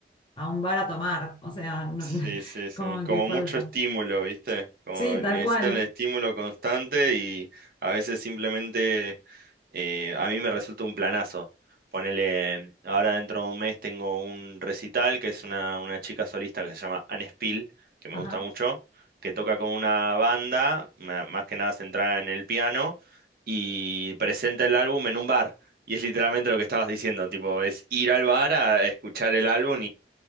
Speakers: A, on the left (about 25°); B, on the right (about 55°).
A: a un bar a tomar, o sea, no-
B: Sí,
A: no, <laughs>
B: sí, sí.
A: como
B: Como
A: que falta.
B: mucho estímulo, ¿viste? Como
A: Sí, tal
B: necesitan
A: cual.
B: el estímulo constante y a veces simplemente eh, a mí me resulta un planazo. Ponele, ahora dentro de un mes tengo un recital que es una, una chica solista que se llama Anne Spill, que me
A: Ajá.
B: gusta mucho, que toca con una banda, ma- más que nada centrada en el piano, y presenta el álbum en un bar. Y es literalmente lo que estabas diciendo, tipo, es ir al bar a escuchar el álbum